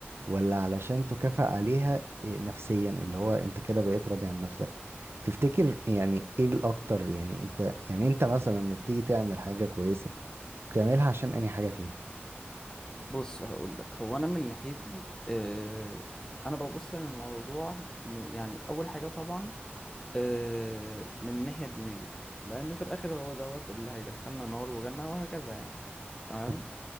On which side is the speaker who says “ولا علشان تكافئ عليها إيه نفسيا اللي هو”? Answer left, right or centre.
Right